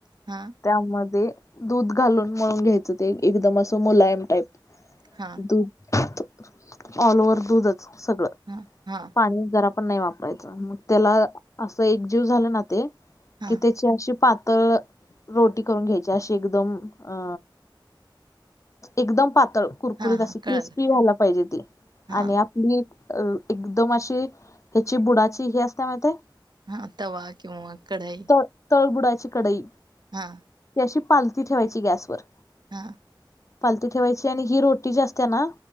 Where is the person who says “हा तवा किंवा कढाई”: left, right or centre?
Right